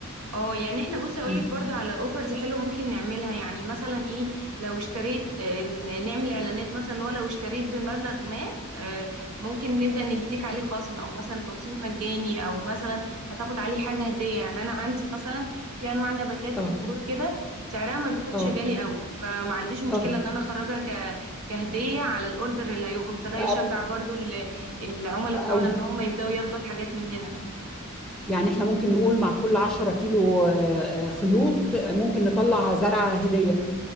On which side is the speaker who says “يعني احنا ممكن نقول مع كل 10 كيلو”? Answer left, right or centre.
Centre